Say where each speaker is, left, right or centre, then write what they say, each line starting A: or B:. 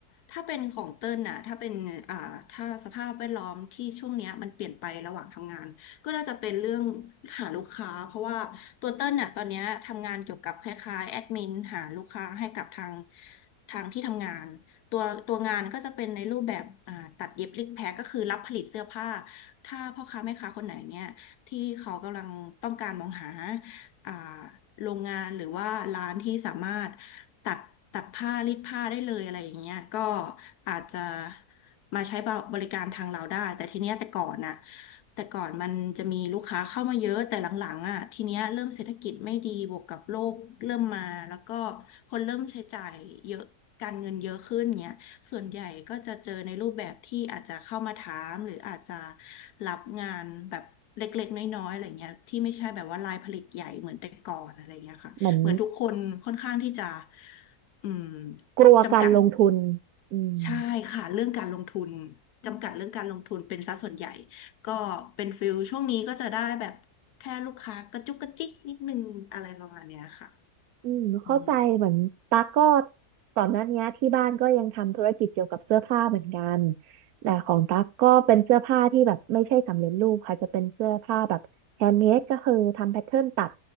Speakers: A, on the left; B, on the right.
A: ถ้าเป็นของเติ้ลน่ะถ้าเป็นอ่าถ้าสภาพแวดล้อมที่ช่วงเนี้ยมันเปลี่ยนไประหว่างทำงานก็น่าจะเป็นเรื่องหาลูกค้าเพราะว่าตัวเติ้ลน่ะตอนเนี้ยทำงานเกี่ยวกับคล้ายๆแอดมินหาลูกค้าให้กับทางทางที่ทำงานตัวตัวงานก็จะเป็นในรูปแบบอ่าตัดเย็บริกแพ็คก็คือรับผลิตเสื้อผ้าถ้าพ่อค้าแม่ค้าคนไหนเนี่ยที่เขากำลังต้องการมองหา อ่าโรงงานหรือว่าร้านที่สามารถตัดตัดผ้ารีดผ้าได้เลยอะไรอย่างเงี้ยก็อาจจะมาใช้บริการทางเราได้แต่ทีเนี้ยแต่ก่อนน่ะแต่ก่อนมันจะมีลูกค้าเข้ามาเยอะแต่หลังๆอ่ะทีเนี้ยเริ่มเศรษฐกิจไม่ดีบวกกับโลกเริ่มมาแล้วก็คนเริ่มใช้จ่ายเยอะการเงินเยอะขึ้นเงี้ยส่วนใหญ่ก็จะเจอในรูปแบบที่อาจจะเข้ามาถามหรืออาจจะรับงานแบบ เล็กๆน้อยๆอะไรเงี้ยที่ไม่ใช่แบบว่ารายผลิตใหญ่เหมือนแต่ก่อนอะไรเงี้ยค่ะเหมือนทุกคนค่อนข้างที่จะ
B: ๆเหมือน
A: อืม
B: กลัวการลงทุน
A: จำกัด
B: อืม
A: ใช่ค่ะเรื่องการลงทุนจำกัดเรื่องการลงทุนเป็นซะส่วนใหญ่ก็เป็นฟิลช่วงนี้ก็จะได้แบบแค่ลูกค้ากระจุกกระจิกนิดนึงอะไรประมาณเนี้ยค่ะ
B: อืมเข้าใจเหมือนตั๊กก็
A: อืม
B: ก่อนหน้านี้ที่บ้านก็ยังทำธุรกิจเกี่ยวกับเสื้อผ้าเหมือนกันแต่ของตั๊กก็เป็นเสื้อผ้าที่แบบไม่ใช่สำเร็จรูปค่ะจะเป็นเสื้อผ้าแบบแฮนด์เมดก็คือทำแพทเทิร์นตัด
A: อ๋อ